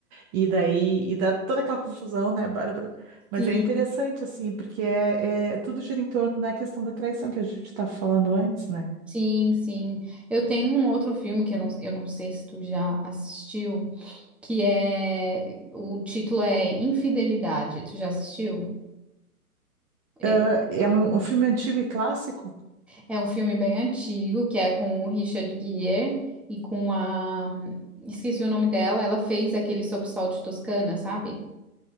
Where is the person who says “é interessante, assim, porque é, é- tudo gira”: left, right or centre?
Right